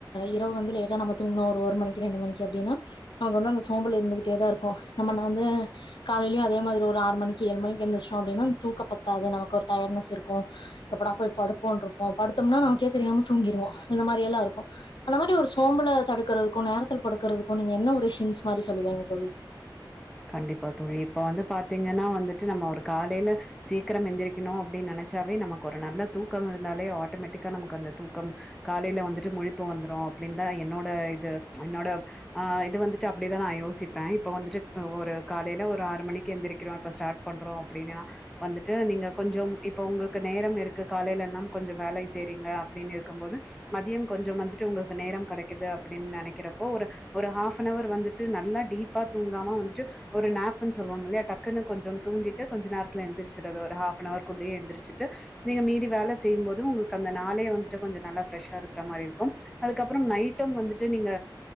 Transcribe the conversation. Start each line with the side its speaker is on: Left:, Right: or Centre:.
Left: இரவு வந்து லேட்டா நம்ம தூங்கணு ஒரு மணிக்கு ரெண்டு மணிக்கு அப்டின்னா நமக் வந்து அந்த சோம்பல் இருந்துட்டே இருக்கு நம்ம நா வந்து காலைலயு அதே மாதிரி ஒரு ஆறு மணிக்கு ஏழு மணிக்கு எந்திச்ட்டோ அப்டின்னா தூக்க பத்தாது நமக்கு ஒரு டயர்னஸ் இருக்கு எப்படா போய் படுப்போனு இருப்போ படுத்தம்னா நமக்கே தெரியாம தூங்கிடுவோ இந்த மாரி எல்லா இருக்கு அந்த மாதிரி ஒரு சோம்பல தடுக்கறதுக்கு நேரத்தில படுக்கறதுக்கு நீங்க என்ன ஒரு ஹின்ஸ் மாரி சொல்லுவீங்க தோழி
Centre: கண்டிப்பா தோழி இப்ப வந்து பாத்தீங்கன்னா வந்துட்டு நம்ம ஒரு காலையில சீக்கிரம் எந்திரிக்கோணு அப்படின்னு நினைச்சாவே நமக்கு ஒரு நல்ல தூக்கோருந்தாலே ஆட்டோ மெட்டிக்கா நமக்கு அந்த தூக்கம் காலையில வந்துட்டு முழிப்பு வந்துரு அப்படின்தா என்னோட இது என்னோட ஆ இது வந்துட்டு அப்படிதா நா யோசிப்பே இப்ப வந்துட்டு ஒரு காலையில ஒரு ஆறு மணிக்கி எந்திரிக்கிறோ இப்ப ஸ்டார்ட் பண்றோ அப்படின்னா வந்துட்டு நீங்க கொஞ்சோம் இப்ப உங்களுக்கு நேரமிருக்கு காலையிலெல்லா கொஞ்சே வேலை செய்றிங்க அப்படின்னு இருக்கும் போது மதியம் கொஞ்சம் வந்துட்டு உங்களுக்கு நேரம் கடைக்கிது அப்படின் நெனைக்கிறப்போ ஒரு ஒரு ஹாப் அன்னவர் வந்துட்டு நல்லா டீப்பா தூங்காம வந்து ட்டு ஒரு நப்புன் சொல்வாங்கில்லையா டக்குனு கொஞ்சோ தூங்கிட்டு கொஞ்ச நேரத்துல எழுந்துச்சறது ஒரு ஹாப்னவர் குள்ளயே எழுந்திருச்சிட்டு நீங்க மீதி வே செய்யும் போது உங்களுக்கு அந்த நாளையே வந்துட்டு கொஞ்சோ நல்லா ஃப்ரெஷ்ஷா இருக்கற மாரி இருக்கு அதுக்கப்புறோ நைட்டு வந்துட்டு நீங்க